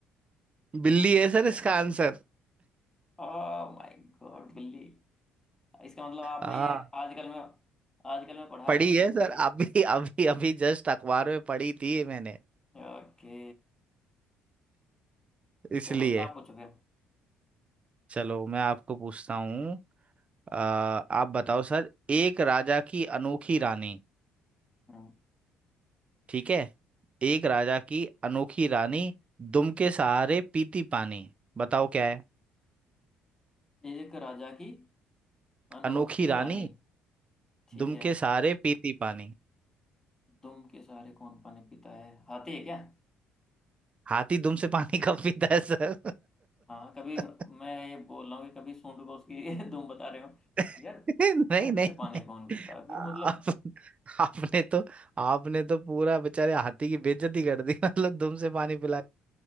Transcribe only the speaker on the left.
बताओ
ओह माय गॉड बिल्ली इसका मतलब आपने
ये आजकल में आजकल में पढ़ा
है इसका
मतलब
ये
ओके
चलो आप पूछो फिर
हम्म
एक राजा की अनोखी
रानी ठीक
है
दुम के सहारे कौन पानी पीता है हाथी है क्या
हाँ कभी
मैं ये बोल रहा हूँ कि कभी सूंड को उसकी <laughs> दुम बता रहे हो
यार
दुम
से पानी कौन पीता है फिर
मतलब